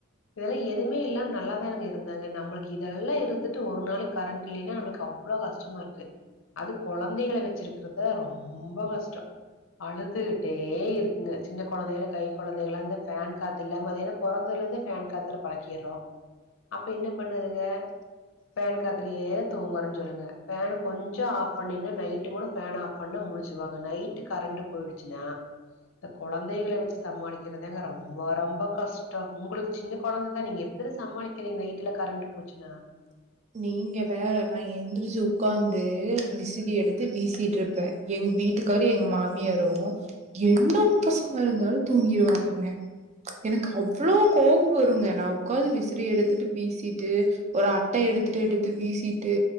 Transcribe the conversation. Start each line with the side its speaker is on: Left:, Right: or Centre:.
Left: இதெல்லா எதுமே இல்லாம் நல்லாதாங்க இருந்தாங்க நம்ளுக் இதெல்லா இருந்து ட்டு ஒரு நாளைக் கரண்ட் இல்லேனா நம்ளுக் அவ்ளோ கஷ்டமா இருக்கு அது கொழந்தைகள வெச்சிருக்றுது ரொம்ப கஷ்டோ அழுதுட்டே இருக்குங்க சின்ன கொழந்தைல கை கொழந்தைகள அந்த ஃபேன் காத் இல்லாம மதியானம் பொறந்துதுலருந்தே ஃபேன் காத்துல பழக்கீர்றோ அப்ப என்ன பண்ணுதுக ஃபேன் காத்துலியே தூங்குவாறுன் ஜொல்லுங்க ஃபேன கொஞ்சு ஆஃப் பண்ணீங்னா நைட்டு கூட ஃபேன் ஆப் கண்ண முழிச்சுவாங்க நைட்டு கரண்ட் போய்டுச்சுன்னா த கொழந்தைகள வெச்சு சமாளிக்கிறதாங்க ரொம்பா ரொம்ப கஷ்ட உங்ளுக்கு சின்ன கொழந்த நீங் எப் பிதா சமாளிக்கிறீங் நைட்ல கரண்ட்டு போச்சுன்னா
Right: நீங்க வேற நா எந்திரிச்சு உக்காந்து விசிரி எடுத்து வீசிட்ருப்பே எங்க வீட்டுக்காரு எங்க மாமியாரு என்ன பசமா இருந்தாலு தூங்கிருவாங்கங்க எனக்கு அவ்ளோ கோவோ வருங்க நா உ்க்காந்து விசிறி எடுத்துட்டு வீசிட்டு ஒரு ஆட் ட எடுத்துட்டு எடுத்து வீசிட்டு